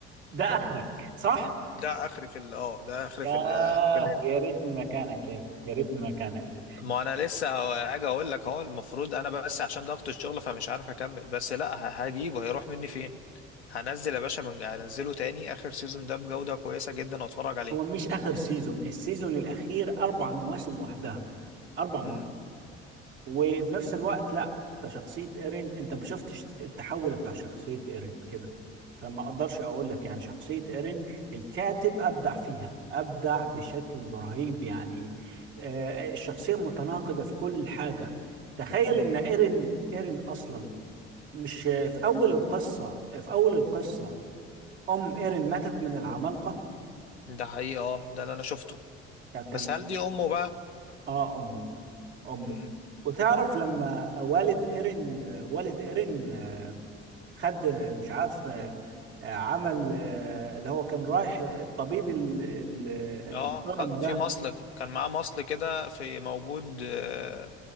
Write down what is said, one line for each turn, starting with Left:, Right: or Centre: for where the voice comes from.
Right: ده آخرك صح؟
Left: ده اخري في ال- اه ده اخري
Right: ياه
Left: في ال- في الانمي
Right: يا ريتني مكانك يا أخي، يا ريتني مكانك
Left: ما انا لسه هاجي اقول لك اهو المفروض انا بس عشان ضغط الشغل فمش عارف اكمل بس لا ه- هجيبه هيروح مني فين هنزل يا باشا من هنزله تاني اخر سيزون ده بجودة كويسة جدا واتفرج عليه
Right: هو مش آخر سيزون السيزون الأخير أربع مواسم وحدها أربع
Left: امم
Right: مواسم وفي نفس الوقت لا ده شخصية ايرين انت ما شفتش التحول بتاع شخصية ايرين كده فما اقدرش اقول لك يعني شخصية ايرين الكاتب ابدع فيها ابدع بشكل رهيب يعني آه، الشخصية متناقضة في كل حاجة تخيل
Left: امم
Right: ان ايرين ايرين اصلا مش في اول القصة في اول القصة ام ايرين ماتت من العمالقة
Left: ده حقيقي اه ده اللي انا شفته
Right: طب تمام
Left: بس هل دي امه بقى
Right: اه امه امه
Left: امم
Right: وتعرف لما والد ايرين والد ايرين خد مش عارف آه، آه، عمل آه، اللي هو كان رايح الطبيب ال- ال- المحترم
Left: اه خد
Right: ده
Left: في مصل كان معاه مصل كده في موجود آه،